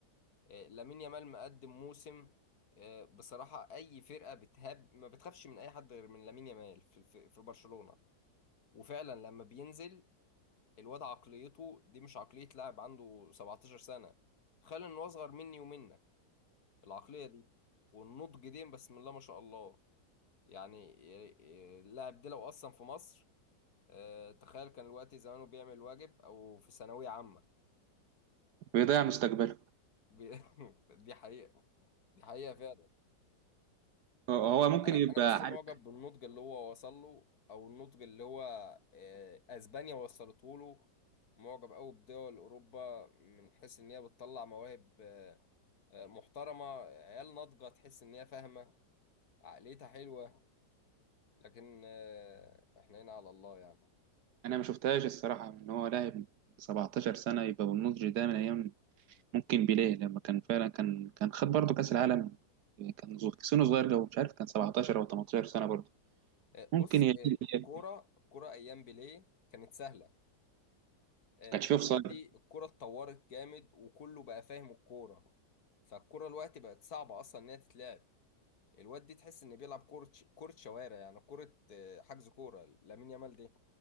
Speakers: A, on the left; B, on the right.
A: آه، لامين يامال مقدم موسم آه، بصراحة أي فرقة بتهاب ما بتخافش من أي حد غير من لامين يامال في في في برشلونة وفعلا لما بينزل الواد عقليته دي مش عقلية لاعب عنده 17 سنة تخيل إن هو أصغر مني ومنك العقلية دي والنضج دي بسم الله ما شاء الله يعني آه، آه، اللاعب ده لو أصلا في مصر آه، تخيل كان الوقت زمانه بيعمل واجب أو في ثانوية عامة
B: بيضيع مستقبله
A: <laughs> بي- <laughs> دي حقيقة دي حقيقة فعلا
B: هو هو ممكن
A: انا
B: يبقى
A: انا بس معجب
B: عارف
A: بالنضج اللي هو وصل له او النضج اللي هو آه، اسبانيا وصلته له معجب قوي بدول اوروبا من حيث ان هي بتطلع مواهب آه، آه، محترمه عيال ناضجه تحس ان هي فاهمه عقليتها حلوه لكن آه، احنا هنا على الله يعني
B: انا ما شفتهاش الصراحه ان هو لاعب 17 سنه يبقى بالنضج ده من ايام ممكن بيليه لما كان فعلا كان كان خد برضه كاس العالم كان صغ- سنه صغير قوي مش عارف كان 17 او 18 سنه برضه
A: آه، بص
B: ممكن ي-
A: آه،
B: ي-
A: الكوره الكوره ايام بيليه كانت سهله آه،
B: كانش فيه
A: دلوقتي
B: اوفسايد
A: الكوره اتطورت جامد وكله بقى فاهم الكوره فالكوره دلوقتي بقت صعبه اصلا ان هي تتلعب الواد دي تحس انه بيلعب كورة ش- كورة شوارع يعني كورة آه، حجز كورة لامين يامال دي